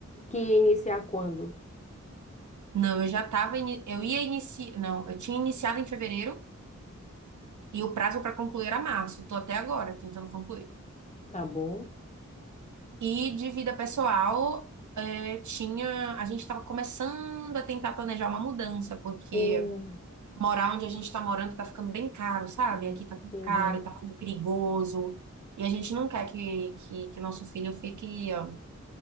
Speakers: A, on the left; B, on the right.
A: Que ia iniciar quando?
B: Não, eu já tava, ini- eu ia iniciar, não, eu tinha iniciado em fevereiro e o prazo para concluir era março. Tô até agora tentando concluir.
A: Tá bom?
B: E de vida pessoal, eh, tinha, a gente estava começando a tentar planejar uma mudança, porque
A: Hum,
B: morar onde a gente está morando tá ficando bem caro, sabe?
A: ah,
B: Aqui tá tão
A: entendi.
B: caro, tá tudo perigoso. E a gente não quer que, que, que nosso filho fique, ó,